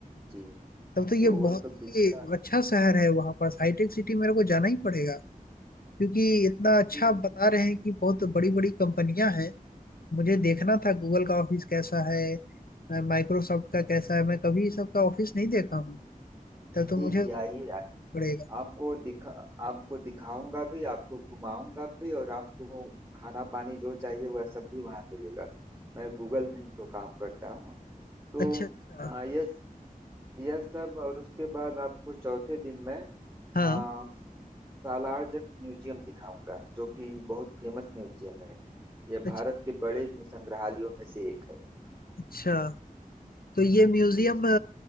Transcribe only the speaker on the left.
तब तो ये
बहुत
ही अच्छा शहर है वहाँ पास हाईटेक सिटी मेरे को जाना ही पड़ेगा क्योंकि इतना अच्छा
आप बता रहे हैं कि बहुत बड़ी बड़ी कंपनियां हैं मुझे देखना
था
गूगल का ऑफिस कैसा है माइक्रोसॉफ्ट का कैसा है मैं कभी सबका ऑफिस नहीं देखा हूँ तब तो
मुझे
पड़ेगा
अच्छा अच्छा
हाँ
अच्छा
अच्छा तो ये म्यूजियम
अ,